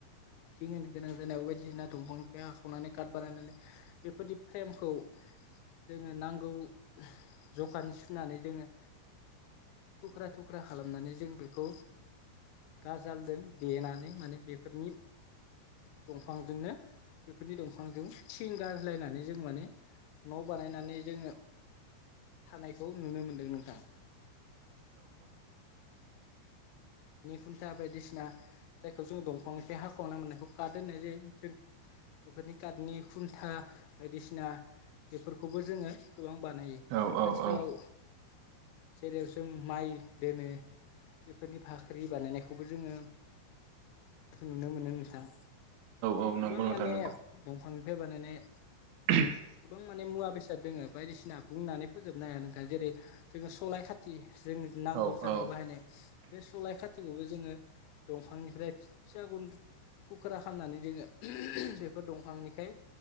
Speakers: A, on the left; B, on the right.
A: थिं होनो गोनां जानायाव बायदिसिना दंफां <unintelligible> <unintelligible> कार्ड बानायनानै बेफोरदि फ्रेमखौ जोङो नांगौ जखानि सुनानै जोङो थुख्रा थुख्रा खालामनानै जों बेखौ गाजालदों देनानै माने बेफोरनि दंफांजोंनो बेफोरनि दंफांजों थिं गार्लायनानै जों माने न' बानायनानै जोङो थानायखौ नुनो मोनदों नोंथां। <unintelligible> <unintelligible> बायदिसिना जायखौ जों दंफांनि हाखावना मोननायखौ खात होननाय जायो काटनि खुन्था बायदिसिना बेफोरखौबो जोङो गोबां बानायो
B: औ
A: आथिखालाव
B: औ
A: जेराव जों माइ दोनो बेफोरनि फाख्रि बानायनाय खौबो जोङो नुनो मोनो नोंथां।
B: औ
A: गोबां
B: नंगौ नोंथां
A: माने
B: नंगौ
A: दंफांनिफ्राय बानायनाय
B: <unintelligible>
A: गोबां माने मुवा बेसाद दोङ बायदिसिना बुंनानै फोजोबनो हाया नोंथां जेरै जोङो सलाय खाथि जों नांगौ
B: औ
A: जानायाव
B: औ
A: बाहायनाय बे सलाय खाथिखौबो जोङो दंफांनिफ्राय फिसा फिसा <unintelligible> थुख्रा खालामनानै जोङो बेफोर दंफांनिखाय